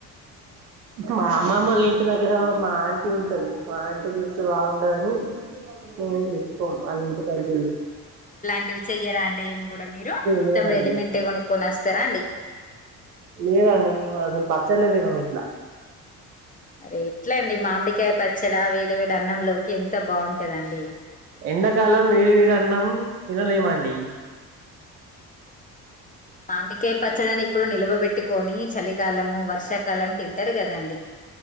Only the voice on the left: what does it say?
మీరు
ఇటివి చెయ్యరా అండి ఏమి కూడా మీరు మొత్తం
రెడీమెంట్ ఎ కొనుక్కొస్తారా అండి
అరే ఎట్ల అండి మామిడికాయ పచ్చడ వేడి వేడి అన్నంలోకి ఎంత బాగుంటదండి
మామిడికాయ పచ్చడని ఇప్పుడు నిలువబెట్టుకొని చలికాలము వర్ష కాలం తింటారు కదా అండి